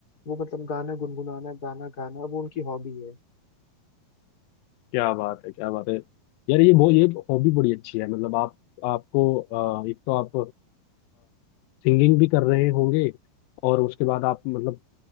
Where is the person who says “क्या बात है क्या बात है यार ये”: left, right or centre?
Left